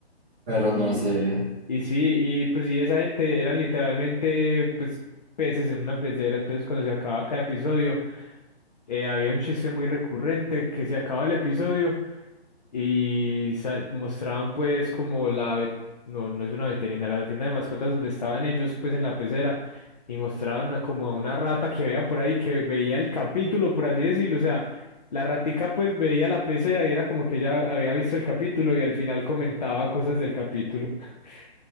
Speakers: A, in the centre; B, on the left (about 40°).
A: pero
B: Y,
A: no sé.
B: y sí, y pues sí, esa gente eran literalmente pues peces en una pecera, entonces cuando se acababa cada episodio eh, había un chiste muy recurrente que se acababa el episodio y sa- mostraban pues como la, ve- no, no es una veterinaria, la tienda de mascotas donde estaban ellos pues en la pecera y mostraban a- como a una rata que había por ahí que veía el capítulo, por así decirlo, o sea, la ratica pues veía la pecera y era como que ella había visto el capítulo y al final comentaba cosas del capítulo. <laughs>